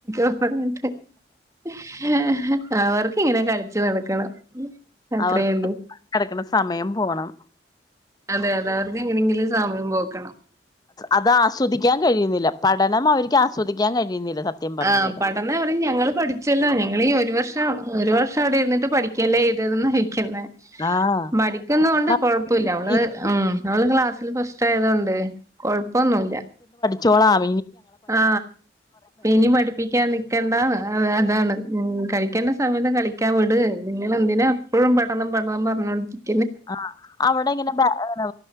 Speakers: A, on the right; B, on the left.
A: <unintelligible> അവർക്ക് ഇങ്ങനെ കളിച്ചു നടക്കണം അത്രേ
B: അവർക്ക്
A: ഉള്ളൂ
B: കിടക്കണ സമയം പോണം
A: അതെ അതെ അവർക്ക് എങ്ങനെങ്കിലും സമയം പോക്കണം
B: അത് ആസ്വദിക്കാൻ കഴിയുന്നില്ല പഠനം അവർക്ക് ആസ്വദിക്കാൻ കഴിയുന്നില്ല സത്യം പറഞ്ഞത്
A: ആ പടന്ന് <unintelligible> ഞങ്ങള് പഠിച്ചല്ലോ ഞങ്ങളീ ഒരു വർഷം ഒരു വർഷം അവിടെ ഇരുന്നിട്ട് പഠി <unintelligible>
B: ആഹ്
A: മടിക്കുന്ന കൊണ്ട്
B: ആഹ്
A: കൊഴപ്പില്ല അവള് ഉം അവള് ക്ലാസ്സില് ഫസ് ഭേദവൊണ്ട് തേ കൊഴപ്പൊന്നുവില്ല
B: ച്ചോളാം
A: ആ ഇനി പഠിപ്പിക്കാൻ നിക്കണ്ടാന്ന അതാണ് ഉം കളിക്കേണ്ട സമയത്ത് കളിക്കാൻ വിട് നിങ്ങൾ എന്തിനാ എപ്പഴും പഠനം പഠനം പറഞ്ഞോണ്ടിരി
B: ആ അവിടെ എങ്ങനെ ആ